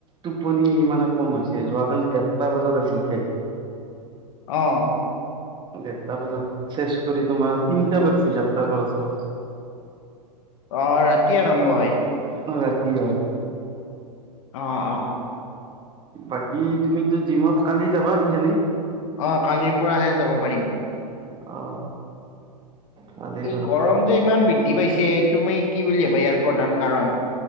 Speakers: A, on the right (about 20°); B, on the left (about 50°).
A: টোপনি মানে কম হৈছে যোৱাকালি দেৰটা বজাত হৈছিল খেল।
B: অ
A: ডেৰটা বজাত চেছ কৰি তোমাৰ তিনিটা বজাত চিধাপ্পাৰ পৰা চাওঁ।
B: অ ৰাতি আৰম্ভ হয়।
A: অ ৰাতি হয়।
B: অ অ অ
A: বাকী তুমিতো জিমত কালি যাবা কিজানি
B: অ কালিৰ পৰাহে যাব পাৰিম
A: অ ভালেই
B: এই
A: বাৰু
B: গৰম যে ইমান বৃদ্ধি পাইছে তুমি কি বুলি ভবা ইয়াৰ প্ৰধান কাৰণ।